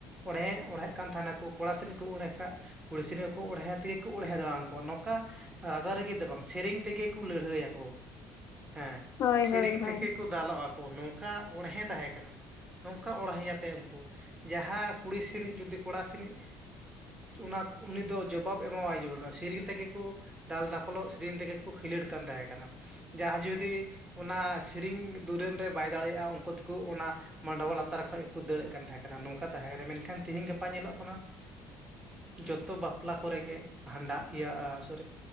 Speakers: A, on the right; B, on the left.
A: ᱚᱲᱦᱮ ᱚᱲᱦᱮᱫ ᱠᱟᱱ ᱛᱟᱦᱮᱱᱟᱠᱚ ᱠᱚᱲᱟ ᱥᱮᱱᱠᱚ ᱚᱬᱦᱮ ᱠᱷᱟᱱ ᱠᱩᱲᱤ ᱥᱤᱱᱜᱮ ᱠᱚ ᱚᱬᱦᱮ ᱛᱤᱭᱟᱜᱟ ᱠᱚ ᱚᱬᱦᱮ ᱫᱟᱨᱟᱢ ᱠᱚᱣᱟ ᱱᱚᱝᱠᱟ ᱨᱟᱜᱟᱨᱟᱜᱤ ᱫᱚ ᱵᱟᱝ ᱥᱮᱨᱮᱧ ᱛᱮᱜᱮ ᱠᱚ ᱞᱟᱹᱲᱦᱟᱹᱭᱭᱟᱠᱚ ᱦᱮᱸ
B: ᱦᱳᱭ
A: ᱥᱮᱨᱮᱧ
B: ᱦᱳᱭ ᱦᱳᱭ
A: ᱛᱮᱜᱮ ᱠᱚ ᱫᱟᱞᱚᱜ ᱟᱠᱚ ᱱᱚᱝᱠᱟ ᱚᱬᱦᱮ ᱛᱟᱦᱮᱸ ᱠᱟᱱᱟ ᱱᱚᱝᱠᱟ ᱚᱬᱦᱮ ᱟᱛᱮᱫ ᱩᱱᱠᱩ ᱡᱟᱦᱟᱸ ᱠᱩᱲᱤ ᱥᱮᱱᱤᱡ ᱡᱩᱫᱤ ᱠᱚᱲᱟ ᱥᱮᱱᱤᱡ ᱚᱱᱟ ᱩᱱᱤ ᱫᱚ ᱡᱚᱵᱟᱵ ᱮᱢᱟᱣᱟᱭ ᱡᱩᱲᱤ ᱠᱟᱱᱟ ᱥᱮᱨᱮᱧ ᱛᱮᱜᱮ ᱠᱚ ᱫᱟᱞ ᱫᱟᱯᱚᱞᱚᱜ ᱥᱮᱨᱮᱧ ᱛᱮᱜᱮ ᱠᱚ ᱠᱷᱤᱞᱳᱰ ᱠᱟᱱ ᱛᱟᱦᱮᱸ ᱠᱟᱱᱟ ᱡᱟᱦᱟᱸᱭ ᱡᱩᱫᱤ ᱚᱱᱟ ᱥᱮᱨᱮᱧ ᱫᱩᱨᱟᱹᱱ ᱨᱮ ᱵᱟᱭ ᱫᱟᱲᱮᱭᱟᱜ-ᱟ ᱩᱱᱠᱩ ᱫᱚᱠᱚ ᱚᱱᱟ ᱢᱟᱰᱚᱣᱟ ᱞᱟᱛᱟᱨ ᱠᱷᱚᱡ ᱜᱮᱠᱚ ᱫᱟᱹᱲᱮᱫ ᱠᱟᱱ ᱛᱟᱦᱮᱸ ᱠᱟᱱᱟ ᱱᱚᱝᱠᱟ ᱛᱟᱦᱮᱸ ᱠᱟᱱᱟ ᱢᱮᱱᱠᱷᱟᱱ ᱛᱤᱦᱤᱧ ᱜᱟᱯᱟ ᱧᱮᱞᱚᱜ ᱠᱟᱱᱟ ᱡᱚᱛᱚ ᱵᱟᱯᱞᱟ ᱠᱚᱨᱮ ᱜᱮ ᱵᱷᱟᱸᱰᱟᱜ ᱤᱭᱟᱹ ᱥᱚᱨᱤ